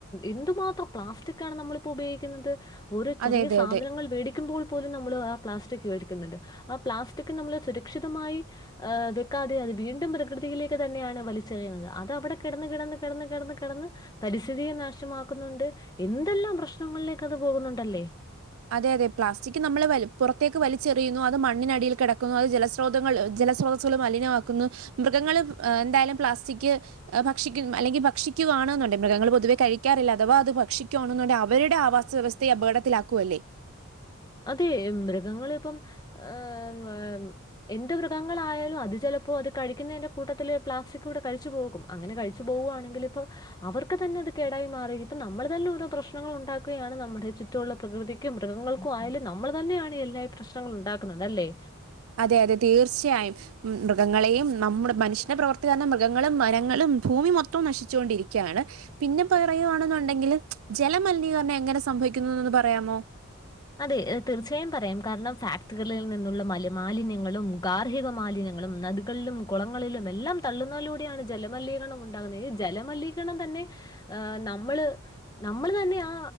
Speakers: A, on the left; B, on the right.
A: എന്തുമാത്രം പ്ലാസ്റ്റിക്കാ ണുനമ്മളിപ്പോ ഉപയോഗിക്കുന്നത്. ഓരോചെറിയ
B: അതെ അതെ
A: സാധനങ്ങൾ
B: അതെ
A: മേടിക്കുമ്പോൾപോലും നമ്മളു ആ, പ്ലാസ്റ്റിക്കു മേടിക്കുന്നുണ്ട്. ആ, പ്ലാസ്റ്റിക്കുനമ്മള്.. സുരക്ഷിതമായി ഏ.. വെക്കാതെയത് വീണ്ടും പ്രകൃതിയിലേക്കു തന്നെയാണു വലിച്ചെറിയുന്നത് അതവിടെ കിടന്നു, കിടന്നു, കിടന്നുകിടന്ന്.. പരിസ്ഥിതിയെ നാശമാക്കുന്നുണ്ട്. എന്തെല്ലാം പ്രശ്നങ്ങളിലേക്കതുപോകുന്നുണ്ടല്ലേ
B: അതെ അതെ പ്ലാസ്റ്റിക്ക് നമ്മള് വല് പുറത്തേക്ക് വലിച്ചെറിയുന്നു അത് മണ്ണിനടിയിൽ കെടക്കുന്നു അത് ജലസ് സ്രോതങ്ങൾ ജലസ്രോതസുകള് മലിനമാക്കുന്നു മൃഗങ്ങള് ഏ എന്തായാലും പ്ലാസ്റ്റിക്ക് ഭക്ഷിക്കും അല്ലെങ്കി ഭക്ഷിക്കുകയാണ് എന്നുണ്ടെ മൃഗങ്ങള് പൊതുവെ കഴിക്കാറില്ല അഥവാ അത് ഭക്ഷിക്കുകയാണെന്നുണ്ടെ അവരുടെ ആവാസ വ്യവസ്ഥ ത്തെ അപകടത്തിലാക്കുവല്ലേ
A: അതെ മൃഗങ്ങളിപ്പം ഏ ഏ എന്ത് മൃഗങ്ങളായാലും അത് ചെലപ്പോ അത് കഴിക്കുന്നതിന്റെ കൂട്ടത്തില് പ്ലാസ്റ്റിക് കൂടെ കഴിച്ചു പോകത്തില്ലേ. അങ്ങനെ കഴിച്ചു പോവാണെങ്കിലിപ്പോ അവർക്ക് തന്നെ അത് കേടായി മാറീ അപ്പം നമ്മള് തന്നെ ഓരോ പ്രശ്നങ്ങള് ഉണ്ടാക്കുകയാണ് നമ്മുടെ ചുറ്റുള്ള പ്രകൃതിക്കും മൃഗങ്ങൾക്കും ഒക്കെ ആയാലും നമ്മള് തന്നെയാണ് എല്ലായീ പ്രശ്നങ്ങള് ഉണ്ടാക്കുന്നത് അല്ലേ
B: അതെയതെ തീർച്ചയായും. മൃഗങ്ങളെയും നമ്മുടെ മനുഷ്യന്റെ പ്രവർത്തി കാരണം മൃഗങ്ങളും മരങ്ങളും ഭൂമി മൊത്തം നശിച്ചോണ്ടിരിക്കയാണ്. പിന്നെ പറയുവാണെന്നുണ്ടെങ്കില് ജലമലിനീകരണം എങ്ങനെ സംഭവിക്കുന്നൊന്ന് പറയാമോ?
A: അതെ തീർച്ചയായും പറയാം കാരണം ഫാക്ടറികളിൽ നിന്നുള്ള മല മാലിന്യങ്ങളും ഗാർഹിക മാലിന്യങ്ങളും നദി കളും കൊളങ്ങളിലും എല്ലാം തള്ളുന്നതിലൂടെയാണ് ജലമലിനീകരണം ഉണ്ടാകുന്നത് ഈ ജലമലിനീകരണം തന്നെ ആഹ് നമ്മളുനമ്മളു തന്നെയാ,